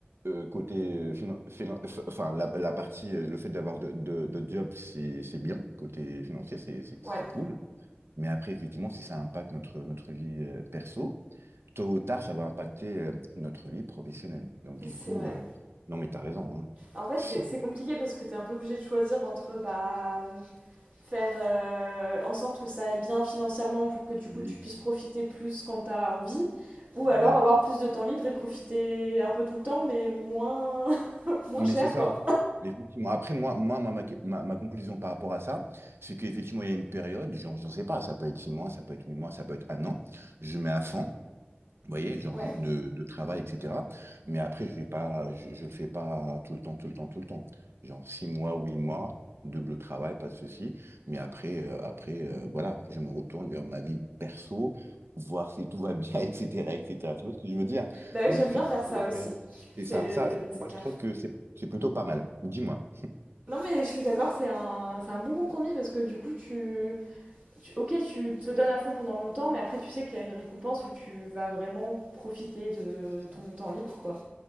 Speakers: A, on the right; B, on the right.
A: euh, côté euh, finan- finan- f- enfin la, la partie, euh, le fait d'avoir de, de, de job, c'est c'est bien. Côté financier, c'est c'est-
B: Ouais,
A: c'est cool. Mais après, effectivement, si ça impacte notre, notre vie euh, perso, tôt ou tard, ça va impacter euh, notre vie professionnelle. Donc, du
B: c'est
A: coup,
B: vrai.
A: euh, non, mais t'as raison. Hein.
B: En fait,
A: Si-
B: c'est c'est compliqué parce que t'es un peu obligé de choisir entre bah, faire euh, en sorte que ça aille bien financièrement pour que du
A: Oui,
B: coup tu puisses profiter plus quand t'as envie, ou alors
A: exact.
B: avoir plus de temps libre et profiter un peu tout le temps, mais moins, <laughs> moins
A: Mais
B: cher
A: c'est ça.
B: quoi.
A: Effectivement. Après, moi, moi ma, ma, ma- ma conclusion par rapport à ça, c'est qu'effectivement, il y a une période, j'en j'en sais pas, ça peut être six mois, ça peut être huit mois, ça peut être un an, je mets à fond. Vous voyez, genre
B: Ouais.
A: ju- de, de travail, etc. Mais après, je vais pas, je, je le fais pas tout le temps, tout le temps, tout le temps. Genre six mois, huit Mm. mois, double travail, pas de souci. Mais après, euh, après, euh, voilà, je me retourne vers ma vie perso, voir si tout va bien, <laughs> etc., etc. Tu vois ce que je veux dire?
B: Bah
A: Mais
B: oui, j'aime
A: effectivement,
B: bien faire ça
A: le
B: aussi.
A: faire, c'est
B: C'est
A: ça. Ça, euh,
B: c'est
A: moi,
B: clair.
A: je trouve que c'est, c'est plutôt pas mal. Dis-moi.
B: Non, mais je suis d'accord, c'est un, c'est un bon compromis parce que du coup, tu, tu- ok, tu te donnes à fond pendant longtemps, mais après, tu sais qu'il y a une récompense où tu vas vraiment profiter de
A: C'est ça.
B: ton temps libre, quoi.